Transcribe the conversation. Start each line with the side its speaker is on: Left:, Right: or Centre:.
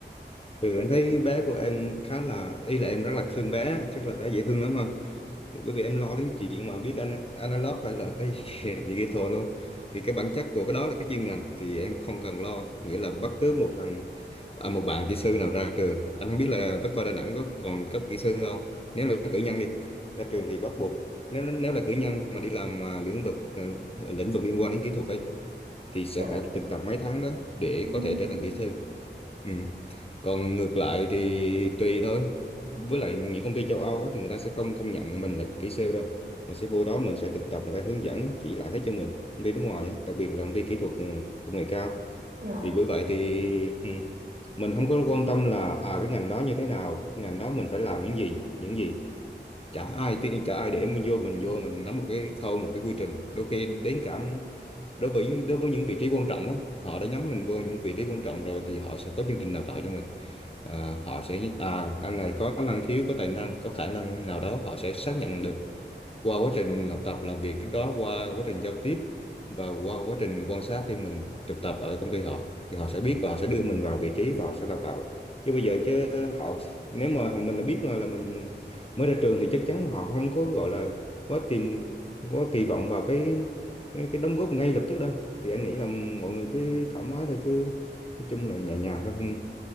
Left: ừ anh thấy bé của em khá là ý là em rất là thương bé chắc là bé dễ thương lắm ha thì bởi vì em lo đến chuyện mà viết ana- analog hay là cái <laughs> digital luôn thì cái bản chất của cái đó là cái chuyên ngành thì em không cần lo nghĩa là bất cứ một thằng à, một bạn kỹ sư nào ra trường anh không biết là Bách Khoa Đà Nẵng có còn cấp kỹ sư không nếu là cử nhân đi ra trường thì bắt buộc nếu nếu là cử nhân mà đi làm à, lĩnh vực à, lĩnh vực liên quan đến kỹ thuật ấy thì sẽ
Right: Dạ.
Left: phải thực tập mấy tháng đó để
Right: Ừ.
Left: có thể trở thành kỹ sư Ừ. Còn ngược lại thì tùy thôi. Với lại những công ty châu Âu á, thì người ta sẽ không công nhận mình là kỹ sư đâu. Mình sẽ vô đó mình sẽ thực tập người ta hướng dẫn chỉ lại hết cho mình. Công ty nước ngoài á, đặc biệt là công ty kỹ thuật ừ, công nghệ cao.
Right: Dạ.
Left: Thì bởi vậy thì ừ, mình không có quan tâm là à cái ngành đó như thế nào, ngành đó mình phải làm những gì, những gì chả ai tiên chả ai để mình vô mình vô mình nắm một cái khâu một cái quy trình đôi khi đến cả đối với đối với những vị trí quan trọng á họ đã nhắm mình vô những vị trí quan trọng rồi thì họ sẽ có chương trình đào tạo cho mình Ờ, họ sẽ à anh này có năng khiếu có tài năng có khả năng nào đó họ sẽ xác nhận được qua quá trình mình học tập làm việc trước đó qua quá trình giao tiếp và qua quá trình quan sát khi mình thực tập ở công ty họ thì họ sẽ biết và họ sẽ đưa mình vào vị trí và họ sẽ đào tạo chứ bây giờ chứ họ nếu mà mình đã biết là, là mình mới ra trường thì chắc chắn họ không có gọi là quá tìm quá kỳ vọng vào cái cái đóng góp ngay lập tức đâu thì anh nghĩ là mọi người cứ thoải mái thôi cứ nói chung là nhẹ nhàng thôi